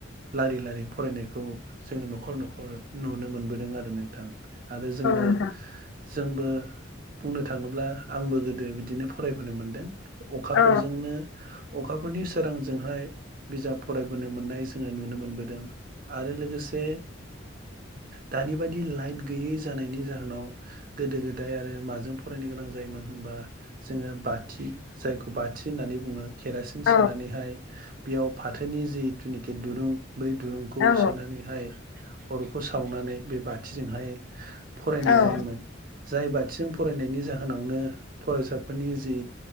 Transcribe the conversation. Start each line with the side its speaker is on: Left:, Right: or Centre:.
Right: लारि लारि फरायनायखौ जोङो न'खर न'खर नुनो मोनबोदों आरो नोंथां। आरो जोङो
Left: नोंथां
Right: जोंबो बुंनो थाङोब्ला आंबो गोदो बिदिनो फरायबोनो मोनदों।
Left: औ
Right: फोरजोंनो अखाफोरनि सोरांजोंहाय बिजाब फरायबोनो मोननाय जोङो नुनो मोनबोदों। आरो लोगोसे दानि बाददि लाइट गैयै जानायनि जाहोनाव गोदो गोदाय आरो माजों फरायनो गोनां जायोमोन होन बा जोङो बाथि जायखौ बाथि होननानै बुङो। केरासिन
Left: औ
Right: सोनानैहाय बेयाव फाथोनि जिथुनेखि दुरुं बै दुरुंखौ
Left: औ
Right: सोनानैहाय अरखौ सावनानै बे बाथिजोंहाय फरायनाय
Left: औ
Right: जायोमोन। जाय बाथिजों फरायनायनि जाहोनावनो फरायसाफोरनि जि